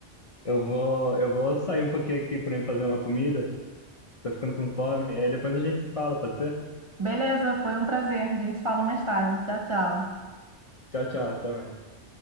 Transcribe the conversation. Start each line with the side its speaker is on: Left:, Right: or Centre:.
Left: Eu vou, eu vou sair um pouquinho aqui pra mim fazer uma comida. Tô ficando com fome. E aí depois a gente se fala, pode ser?
Right: Beleza, foi um prazer. A gente se fala mais tarde. Tchau, tchau.
Left: Tchau, tchau. Até mais.